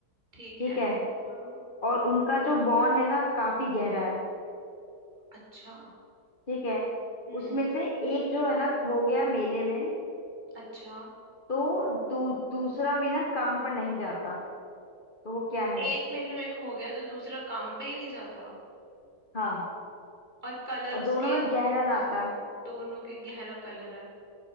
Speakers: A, on the right (about 25°); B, on the left (about 30°).
A: ठीक
B: ठीक
A: है
B: है
A: हाँ
B: और उनका जो बॉन्ड है ना काफी गहरा है
A: अच्छा
B: ठीक है
A: हम्म
B: उसमें से एक जो है ना खो गया मेले में
A: अच्छा
B: तो दू, दूसरा भी ना काम पर नहीं जाता तो वो क्या है
A: एक मेले में खो गया तो दूसरा काम पे ही नहीं जाता
B: हाँ
A: और कलर
B: और
A: उसके
B: दोनों में गहरा नाता
A: दोनों के गहरा कलर है